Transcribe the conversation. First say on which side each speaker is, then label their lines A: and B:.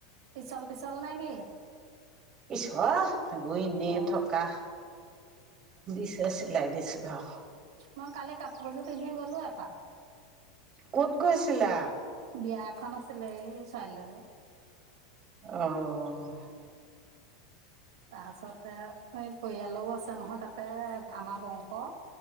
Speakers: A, on the right; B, on the right.
A: পিছল-পিছল নাই কি?
B: পিছল এইবোৰ এনেই
A: অ',
B: থকা। দিছে চিলাই দিছোঁ আৰু
A: মই কালি কাপোৰযোৰ পিন্ধি গ'লো এপাক।
B: ক'ত গৈছিলা?
A: বিয়া এখন আছিলে এই ছোৱালীজনী।
B: অ' অ
A: তাৰপিছতে এই পৰিয়ালো আছে নহয় তাতে আমাৰ বংশ।